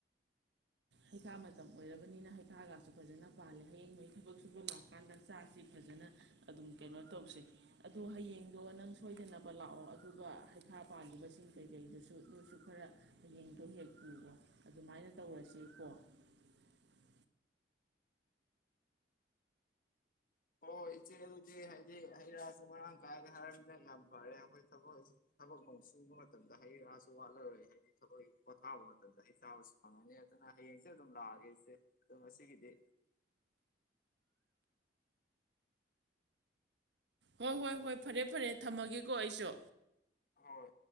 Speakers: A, on the right (about 70°); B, on the left (about 50°).
A: ꯍꯩꯈꯥ ꯃꯇꯝ ꯑꯣꯏꯔꯕꯅꯤꯅ ꯍꯩꯈꯥꯒꯁꯨ ꯐꯖꯅ ꯄꯥꯂꯦ ꯍꯌꯦꯡꯈꯩ ꯊꯕꯛ ꯁꯨꯕ ꯂꯥꯛꯀꯥꯟꯗ ꯆꯥꯁꯤ ꯐꯖꯅ ꯑꯗꯨꯝ ꯀꯩꯅꯣ ꯇꯧꯁꯦ ꯑꯗꯣ ꯍꯌꯦꯡꯗꯣ ꯅꯪ ꯁꯣꯏꯗꯅꯕ ꯂꯥꯛꯑꯣ ꯑꯗꯨꯒ ꯍꯩꯈꯥ ꯄꯥꯜꯂꯤꯕꯁꯤꯡ ꯀꯩꯀꯩꯗꯨꯁꯨ ꯅꯣꯏꯁꯨ ꯈꯔ ꯍꯌꯦꯡꯗꯣ ꯍꯦꯛ ꯄꯨꯒꯣ ꯑꯗꯨꯃꯥꯏꯅ ꯇꯧꯔꯁꯤ <unintelligible>
B: ꯍꯣꯏ - ꯍꯣꯏ ꯏꯆꯦ ꯑꯗꯨꯗꯤ ꯍꯥꯏꯗꯤ ꯍꯩ - ꯔꯥꯗꯨ ꯃꯔꯥꯡ ꯀꯥꯏꯅ ꯍꯥꯏꯔꯕꯅꯤꯅꯥ ꯌꯥꯝ ꯐꯔꯦ ꯑꯩꯈꯣꯏ ꯊꯕꯛ ꯊꯕꯛ ꯅꯣꯡ ꯁꯨꯕ ꯃꯇꯝꯗ ꯍꯩ - ꯔꯥꯁꯨ ꯋꯥꯠꯂꯔꯣꯏ ꯍꯥꯏꯗꯤ ꯊꯕꯛ ꯄꯣꯊꯥꯕ ꯃꯇꯝꯗ ꯍꯩ ꯆꯥꯕꯁꯨ ꯐꯪꯉꯅꯤ ꯑꯗꯨꯅ ꯍꯌꯦꯡꯁꯦ ꯑꯗꯨꯝ ꯂꯥꯛꯑꯒꯦ ꯏꯆꯦ ꯑꯗꯨꯣ ꯉꯁꯤꯒꯤꯗꯤ
A: ꯍꯣꯏ ꯍꯣꯏ ꯍꯣꯏ ꯐꯔꯦ ꯐꯔꯦ ꯊꯝꯃꯒꯦꯀꯣ ꯑꯩꯁꯨ
B: ꯍꯣꯏ